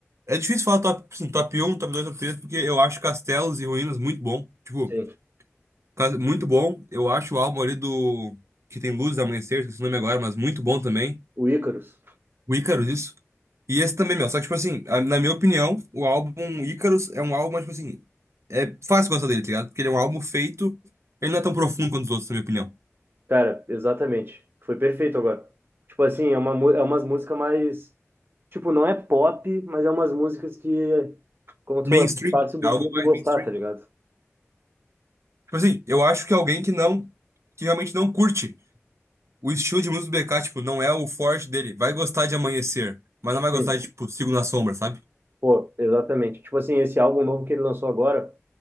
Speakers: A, on the right; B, on the right.
A: é difícil falar top, assim, top 1, top 2, top 3, porque eu acho Castelos e Ruínas muito bom. Tipo,
B: Sim.
A: cas- muito bom. Eu acho o álbum ali do. Que tem Luzes Amanhecer, esqueci o nome agora, mas muito bom também.
B: O Ícaros.
A: O Ícaros, isso. E esse também, meu. Só que, tipo assim, a- na minha opinião, o álbum Ícaros é um álbum, mas, tipo assim. É fácil gostar dele, tá ligado? Porque ele é um álbum feito. Ele não é tão profundo quanto os outros, na minha opinião.
B: Cara, exatamente. Foi perfeito agora. Tipo assim, é uma, mu- é umas músicas mais Tipo, não é pop, mas é umas músicas que, como tu
A: Mainstream,
B: falou, é muito fácil do
A: é algo
B: povo
A: mais
B: gostar,
A: mainstream.
B: tá ligado?
A: Tipo assim, eu acho que alguém que não, que realmente não curte o estilo de música do BK, tipo, não é o forte dele, vai gostar de Amanhecer, mas não vai gostar
B: Sim.
A: de, tipo, Sigo na Sombra, sabe?
B: Pô, exatamente. Tipo assim, esse álbum novo que ele lançou agora,